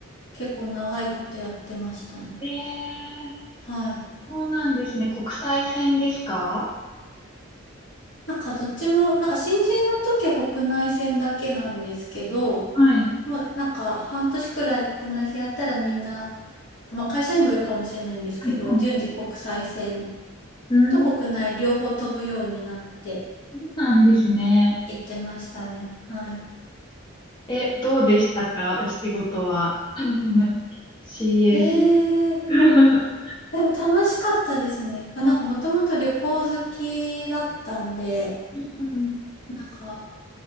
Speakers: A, on the left; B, on the left.
A: 結構長いことやってましたね。
B: えー、
A: はい。
B: そうなんですね。国際線ですか
A: なんかどっちも、なんか新人の時は国内線だけなんですけど、
B: はい。はい
A: もうなんか半年くらい国内線やったらみんな、まあ会社にもよるかもしれないんですけど、
B: はい。
A: 順次国際線
B: うん、
A: と国内両方飛ぶようになって
B: そうなんですね。
A: 行ってましたね。はい。
B: え、どうでしたかお仕事は。
A: はい。
B: はいはい。CA
A: へ
B: さん。
A: え、
B: <laughs>
A: でも楽しかったですね。やっぱなんかもともと旅行好きだったんで、
B: うんうん
A: なんか